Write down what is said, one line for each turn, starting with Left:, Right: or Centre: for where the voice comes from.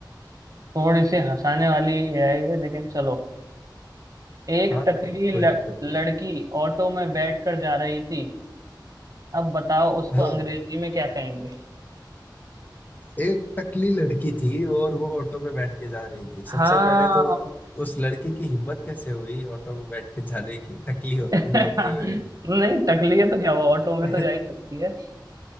Right: थोड़ी सी हंसाने वाली है ये लेकिन चलो एक
Left: हाँ
Right: टकली
Left: हाँ कोई
Right: ल,
Left: दिक्कत
Right: लड़की
Left: नहीं
Right: ऑटो में बैठकर जा रही थी अब बताओ उसको
Left: हाँ
Right: अंग्रेजी में क्या कहेंगे
Left: एक टकली लड़की थी और वो ऑटो में बैठ के जा रही थी सबसे
Right: हाँ
Left: पहले तो उस लड़की की हिम्मत कैसे हुई ऑटो में बैठ के जाने की टकली हो,
Right: <laughs>
Left: होते हुए भी
Right: नहीं टकली है तो क्या हुआ ऑटो में
Left: <laughs>
Right: तो जा ही सकती है